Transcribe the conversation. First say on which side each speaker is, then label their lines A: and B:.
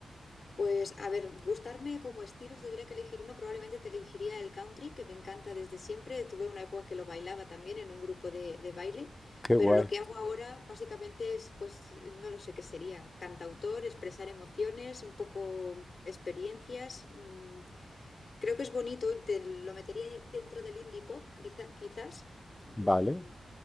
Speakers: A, on the left; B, on the left.
A: Pues a ver, gustarme como estilo, si tuviera que elegir uno, probablemente te elegiría el country, que me encanta desde siempre. Tuve una época que lo bailaba también en un grupo de, de baile,
B: Qué
A: pero
B: guay.
A: lo que hago ahora básicamente es, pues no lo sé qué sería, cantautor, expresar emociones, un poco experiencias. mm, creo que es bonito, te lo metería dentro del indie pop, quizá- quizás. mm,
B: Vale.